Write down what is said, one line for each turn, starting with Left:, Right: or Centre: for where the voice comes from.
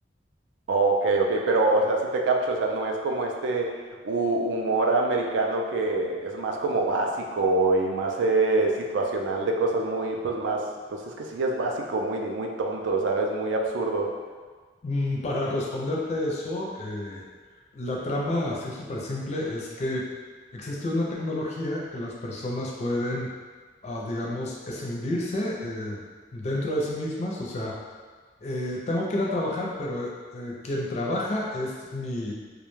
Right: ok, ok. Pero, o sea, sí te capcho. O sea, no es como este hu- humor americano que es más como básico y más eh, situacional de cosas muy, pues más, pues es que sí es básico, muy, muy tonto, ¿sabes? Muy absurdo.
Left: Mm, para responderte eso, eh, la trama así súper simple es que existe una tecnología que las personas pueden, ah, digamos, escindirse eh, dentro de sí mismas, o sea eh, tengo que ir a trabajar, pero eh, eh, quien trabaja es mi,